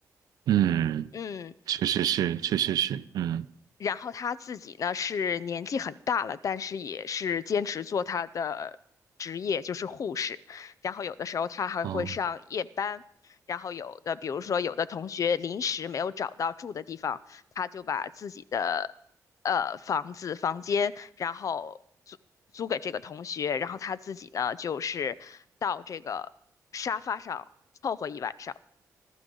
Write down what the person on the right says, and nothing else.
嗯，
确实是，确实是，嗯
哦，